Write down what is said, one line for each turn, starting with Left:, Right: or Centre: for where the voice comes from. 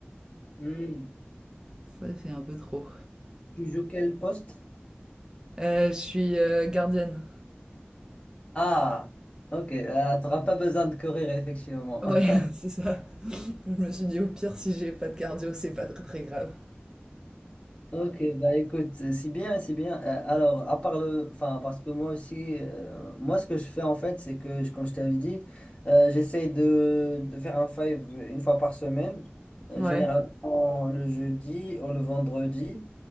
Left: Hmm.
Right: Ça fait un peu trop.
Left: Tu joues quel poste?
Right: Euh, je suis euh, gardienne.
Left: Ah, ok. euh, t'auras pas besoin de courir, effectivement.
Right: Ouais,
Left: <laughs>
Right: <laughs> c'est ça. Je me suis dit, au pire, si j'ai pas de cardio, c'est pas très très grave.
Left: Ok, bah écoute, euh, c'est bien, c'est bien. Euh, alors, à part le, enfin, parce que moi aussi, euh, moi ce que je fais en fait, c'est que, je- comme je t'avais dit, euh, j'essaie de, de faire un five une fois par semaine, euh,
Right: Ouais.
Left: généralement le jeudi ou le vendredi.